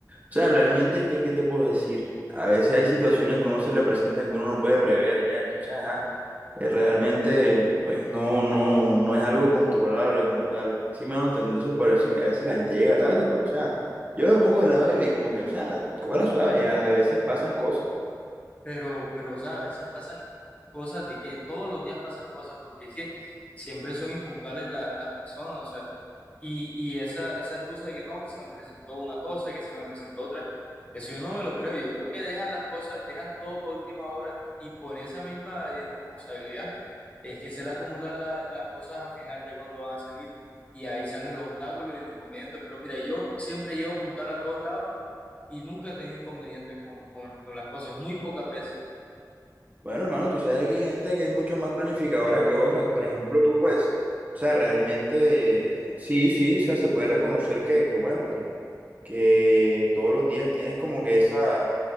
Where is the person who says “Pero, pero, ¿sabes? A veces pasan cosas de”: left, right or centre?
Left